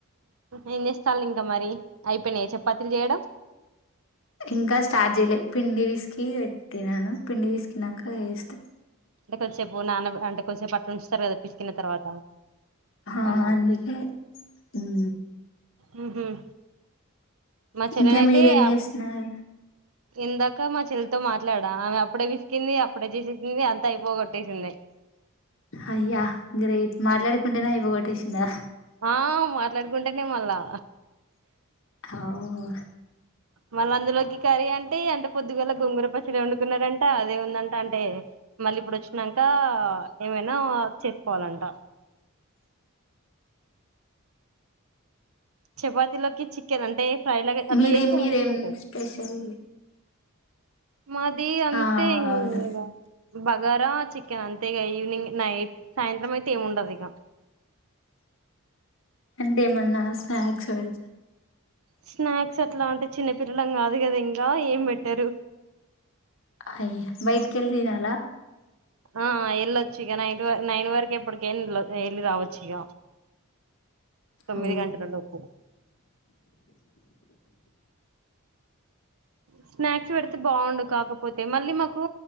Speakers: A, on the right; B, on the left.
A: ఏం చేస్తళ్లు ఇంకా మరి అయిపోయినా చపాతీలు చేయడం
B: ఇంకా స్టార్ట్ చేయలే పిండి పుసికి పెట్టినాను పిండి పిసికినంక చేస్తా
A: అంటే కొద్దిసేపు నాన్న అంటే కొద్దిసేపు అట్లా ఉంచుతారు కదా పిసికిన తర్వాత
B: హ
A: అవునా
B: అందుకే ఉం
A: హు హమ్ మా చెల్లెని
B: ఇంకా
A: అయితే
B: మీరేం
A: ఆ
B: చేస్తున్నారు
A: ఇందాక మా చెల్లితో మాట్లాడా ఆమె అప్పుడే పిసికింది అప్పుడే చేసేసింది అంత అయిపోగొట్టేసింది
B: అయ్యా గ్రేట్ మాట్లాడుకుంటేనా అయిపో గొట్టేసిందా
A: ఆ మాట్లాడుకుంటేనే మళ్ళా
B: అవు
A: మళ్ల అందులోకి కర్రీ అంటే అంత పొద్దుగాల గొంగుర పచ్చడి వండుకున్నారంట అదేముందంట అంటే మళ్ళీ ఇప్పుడు వచ్చినంక ఏమైనా చేసుకోవాలంట చపాతిలోకి చికెన్ అంటే ఫ్రై లాగా అట్లా
B: మీరేం
A: చేస్తే
B: మీరేం
A: మంచిగా ఉంటది
B: స్పెషల్
A: మాది అంతే
B: ఆ
A: ఇంగ
B: అవును
A: బగారా చికెన్ అంతే ఇగ ఈవినింగ్ నైట్ సాయంత్రం అయితే ఏముండదు ఇగ
B: అంటేమన్నా స్నాక్స్ పెడు
A: స్నాక్స్ అట్లా అంటే చిన్న పిల్లలం కాదు కదా ఇంగ ఏం పెట్టరు
B: అయ్యి బయట్కి వెళ్లి తినాల
A: ఆ వెళ్ళొచ్చు ఇగ నైట్ వ నైన్ వరకు ఎప్పటికి అయిన వెళ్ళి రావచ్చు ఇగ తొమ్మిది
B: ఓ
A: గంటలలోపు స్నాక్స్ పెడితే బాగుండు కాకపోతే మళ్ళీ మాకు